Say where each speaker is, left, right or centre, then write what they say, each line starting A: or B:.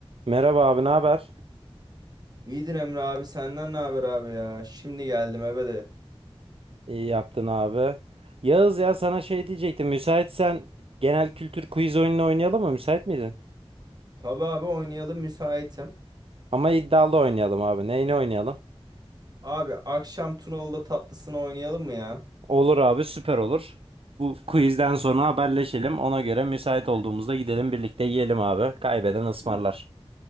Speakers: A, on the right (about 65°); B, on the right (about 40°).
A: Merhaba abi, ne haber?
B: İyidir Emre abi senden ne haber abi ya? Şimdi geldim eve de.
A: İyi yaptın abi. Yağız ya sana şey diyecektim. Müsaitsen genel kültür quiz oyununu oynayalım mı? Müsait miydin?
B: Tabi abi oynayalım müsaitim.
A: Ama iddialı oynayalım abi. Neyini oynayalım?
B: Abi akşam Tunalı'da tatlısını oynayalım mı ya?
A: Olur abi, süper olur. Bu quizden sonra haberleşelim. Ona göre müsait olduğumuzda gidelim birlikte yiyelim abi. Kaybeden ısmarlar.